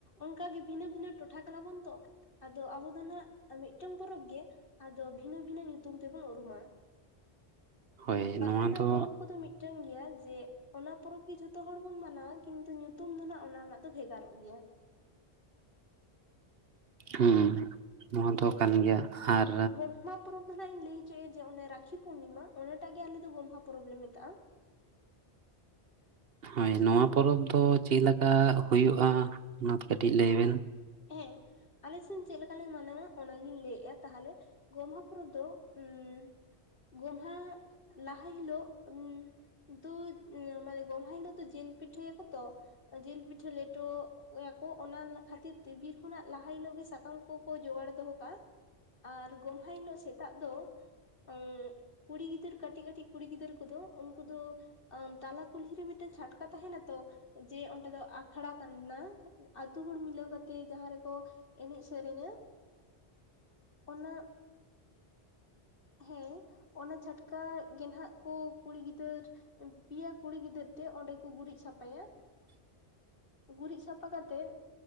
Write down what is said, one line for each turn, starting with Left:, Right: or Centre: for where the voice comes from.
Left: ᱚᱱᱠᱟᱜ ᱜᱮ ᱵᱷᱤᱱᱟᱹ ᱵᱷᱤᱱᱟᱹ ᱴᱚᱴᱷᱟ ᱠᱟᱱᱟ ᱵᱚᱱ ᱛᱚ᱾ ᱟᱫᱚ ᱟᱵᱚ ᱫᱚ ᱱᱟᱦᱟᱜ ᱢᱤᱫᱴᱟᱝ ᱯᱚᱨᱚᱵᱽ ᱜᱮ ᱟᱫᱚ ᱵᱷᱤᱱᱟᱹ ᱵᱷᱤᱱᱟᱹ ᱧᱩᱛᱩᱢ ᱛᱮᱵᱚᱱ ᱩᱨᱩᱢᱟ᱾
Right: ᱦᱳᱭ
Left: ᱵᱟᱠᱷᱟᱱ
Right: ᱱᱚᱣᱟ
Left: ᱦᱟᱸᱜ
Right: ᱫᱚ
Left: ᱯᱚᱨᱚᱵᱽ ᱠᱚᱫᱚ ᱢᱤᱫᱴᱟᱝ ᱜᱮᱭᱟ ᱡᱮ ᱚᱱᱟ ᱯᱚᱨᱚᱵᱽ ᱜᱮ ᱡᱷᱚᱛᱚ ᱦᱚᱲ ᱵᱩᱱ ᱢᱟᱱᱟᱣᱟ᱾ ᱠᱤᱱᱛᱩ ᱧᱩᱛᱩᱢ ᱫᱚ ᱱᱟᱦᱟᱜ ᱚᱱᱟ ᱨᱮᱱᱟᱜ ᱫᱚ ᱵᱷᱮᱜᱟᱨᱚᱜ ᱜᱮᱭᱟ᱾
Right: ᱦᱩᱸ ᱱᱚᱣᱟ ᱫᱚ
Left: ᱦᱮᱸ
Right: ᱠᱟᱱ ᱜᱮᱭᱟ ᱟᱨ
Left: ᱜᱚᱢᱦᱟ ᱯᱚᱨᱚᱵᱽ ᱫᱚ ᱱᱟᱦᱟᱸᱜ ᱤᱧ ᱞᱟᱹᱭ ᱦᱚᱪᱚᱭᱮ-ᱟ ᱡᱮ ᱚᱱᱮ ᱨᱟᱠᱷᱤ ᱯᱩᱨᱱᱤᱢᱟ, ᱚᱱᱟᱴᱟᱜ ᱜᱮ ᱟᱞᱮ ᱫᱚ ᱜᱚᱢᱦᱟ ᱯᱚᱨᱚᱵᱽ ᱞᱮ ᱢᱮᱛᱟᱜ-ᱟ᱾
Right: ᱦᱳᱭ ᱱᱚᱣᱟ ᱯᱚᱨᱚᱵᱽ ᱫᱚ ᱪᱮᱫ ᱞᱮᱠᱟ ᱦᱩᱭᱩᱜ-ᱟ ᱚᱱᱟᱛᱮ ᱠᱟᱹᱴᱤᱡ ᱞᱟᱹᱭ ᱵᱮᱱ᱾
Left: ᱮᱦᱮᱸ᱾ ᱟᱞᱮ ᱥᱮᱱ ᱪᱮᱫ ᱞᱮᱠᱟ ᱞᱮ ᱢᱟᱱᱟᱣᱟ ᱚᱱᱟᱜᱤᱧ ᱞᱟᱹᱭᱮᱜ-ᱟ ᱛᱟᱦᱞᱮ ᱜᱚᱢᱦᱟ ᱯᱚᱨᱚᱵ ᱫᱚ ᱩᱸᱢ ᱜᱚᱢᱦᱟ ᱞᱟᱦᱟ ᱦᱤᱞᱳᱜ ᱩᱸᱢ ᱫᱩ ᱢᱟᱱᱮ ᱜᱚᱢᱦᱟ ᱦᱤᱞᱳᱜ ᱫᱚ ᱡᱤᱞ ᱯᱤᱴᱷᱟᱹᱭᱟᱠᱚᱛᱚ, ᱡᱤᱞ ᱯᱤᱴᱷᱟᱹ ᱞᱮᱴᱚ ᱭᱟ ᱠᱚ ᱚᱱᱟᱞ ᱠᱷᱟᱹᱛᱤᱨ ᱛᱮ ᱵᱤᱨ ᱠᱷᱚᱱᱟᱜ ᱞᱟᱦᱟ ᱦᱤᱞᱳᱜ ᱜᱮ ᱥᱟᱠᱟᱢ ᱠᱚᱠᱚ ᱡᱳᱚᱜᱟᱲ ᱫᱚᱦᱚ ᱠᱟᱜ᱾ ᱟᱨ ᱜᱚᱢᱦᱟ ᱦᱤᱞᱳᱜ ᱥᱮᱛᱟᱜ ᱫᱚ ᱩᱸᱜ ᱠᱩᱲᱤ ᱜᱤᱫᱟᱹᱨ ᱠᱟᱹᱴᱤᱡ ᱠᱟᱹᱴᱤᱡ ᱠᱩᱲᱤ ᱜᱤᱫᱟᱹᱨ ᱠᱚᱫᱚ ᱩᱱᱠᱩ ᱫᱚ ᱟ ᱛᱟᱞᱟ ᱠᱩᱞᱦᱤᱨᱮ ᱢᱤᱫᱴᱮᱱ ᱪᱷᱟᱴᱠᱟ ᱛᱟᱦᱮᱱᱟ ᱛᱚ ᱡᱮ ᱚᱸᱰᱮ ᱫᱚ ᱟᱠᱷᱲᱟ ᱠᱟᱱᱟ᱾ ᱟᱛᱩ ᱦᱚᱲ ᱢᱤᱞᱟᱹᱣ ᱠᱟᱛᱮᱜ ᱡᱟᱦᱟᱸ ᱨᱮᱠᱚ ᱮᱱᱮᱡ ᱥᱮᱨᱮᱧᱟ ᱚᱱᱟ ᱦᱮᱸ ᱚᱱᱟ ᱪᱷᱟᱴᱠᱟ ᱜᱮ ᱱᱟᱦᱟᱜ ᱠᱚ ᱠᱩᱲᱤ ᱜᱤᱫᱟᱹᱨ ᱯᱮᱭᱟ ᱠᱩᱲᱤ ᱜᱤᱫᱟᱹᱨ ᱛᱮ ᱚᱸᱰᱮ ᱠᱚ ᱜᱩᱨᱤᱡ ᱥᱟᱯᱷᱟᱭᱟ᱾ ᱜᱩᱨᱤᱡ ᱥᱟᱯ ᱯᱟ ᱠᱟᱛᱮᱫ